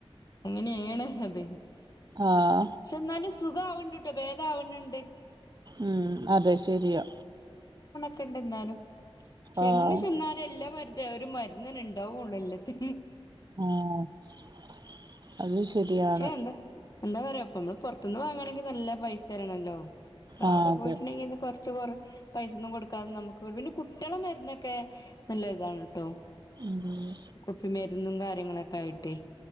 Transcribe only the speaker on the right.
ആ
ഉം അതെ ശരിയാ
ആഹ്
ആഹ അത് ശരിയാണ്
ആഹ്
അതെ
ഉം